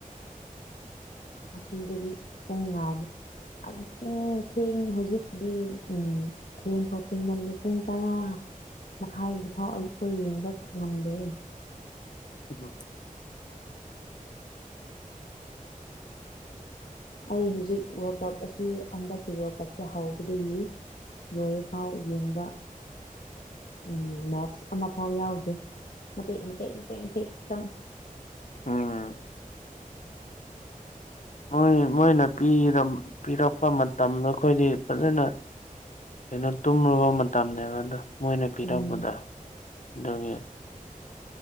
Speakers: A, on the left; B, on the left.
A: ꯑꯁꯤꯗꯗꯤ ꯑ ꯄꯨꯡ ꯉꯥꯢꯕꯗ ꯄꯨꯡ ꯊꯦꯡ ꯍꯧꯖꯤꯛꯇꯤ ꯊꯦꯡꯐꯥꯎ ꯊꯦꯡꯃꯜꯂꯦ ꯄꯨꯡ ꯇꯔꯥ ꯃꯈꯥꯏꯒꯤ ꯐꯥꯎ ꯑꯩꯈꯣꯏ ꯌꯦꯡꯕ ꯉꯝꯗꯦ
B: ꯎꯝ
A: ꯑꯩ ꯍꯧꯖꯤꯛ ꯋꯥꯔꯜ ꯀꯞ ꯑꯁꯤ ꯍꯟꯗꯛꯀꯤ ꯋꯥꯔꯜ ꯀꯞꯁꯦ ꯍꯧꯕꯗꯒꯤ ꯂꯣꯏꯕ ꯐꯥꯎ ꯌꯦꯡꯕ ꯎꯝ ꯃꯦꯠꯁ ꯑꯃꯐꯥꯎ ꯌꯥꯎꯗ꯭ꯔꯤ ꯃꯇꯦꯛ ꯃꯇꯦꯛ ꯃꯇꯦꯛ ꯇꯪ
B: ꯎꯝ ꯃꯣꯏ ꯃꯣꯏꯅ ꯄꯤꯔꯛꯄ ꯃꯇꯝꯗ ꯑꯩꯈꯣꯏꯗꯤ ꯐꯖꯅ ꯀꯩꯅꯣ ꯇꯨꯝꯔꯕ ꯃꯇꯝꯅꯦꯕꯗꯣ ꯃꯣꯏꯅ ꯄꯤꯔꯛꯄꯗ
A: ꯎꯝ
B: ꯑꯗꯨꯒꯤ